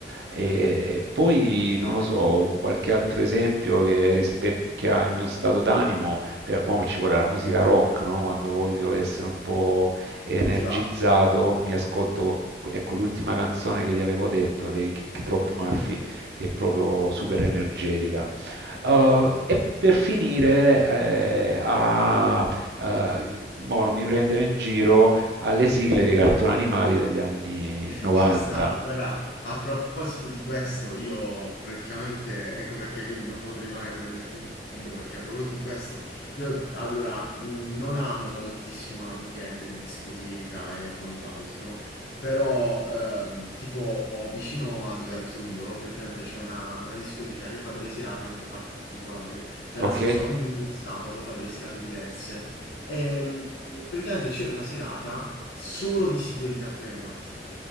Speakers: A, on the right (about 70°); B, on the left (about 65°).
A: E poi non lo so, qualche altro esempio che rispecchia il mio stato d'animo, per, mo ci vuole la musica rock, no? Quando voglio essere un po' energizzato,
B: Motivato, ecco.
A: mi ascolto, ecco l'ultima canzone che ti avevo detto dei Kick Drop Murphy, è proprio
B: Ok.
A: super energetica. Uh, e per finire, eh, a, eh, mo non mi prendere in giro, alle sigle
B: Ok.
A: dei cartoni animati degli anni 90.
B: Ci sta. Guarda, a proposito di questo, io praticamente, ecco perché quindi non potrei mai prenderti in giro, perché a proposito di questo, io allora mh, non amo moltissimo l'ambiente di discoteca e quant'altro, però ehm, tipo vicino a dove abito io, praticamente c'è una, una discoteca che fa delle serate un po' particolari, cioè
A: Ok?
B: nel senso ogni sabato fa delle serate diverse. E, mh, praticamente c'era una serata solo di sigle di cartoni animati.